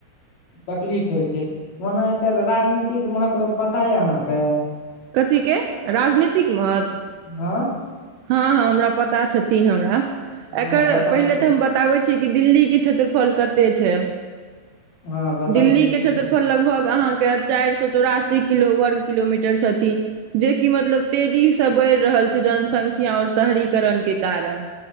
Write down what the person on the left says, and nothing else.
तकलीफ होइ छै। ओना ओतुका राजनीतिक महत्व पता अइ अहांके। हां
हँ
हँ
बताबू
हँ बताबू
क्षेत्र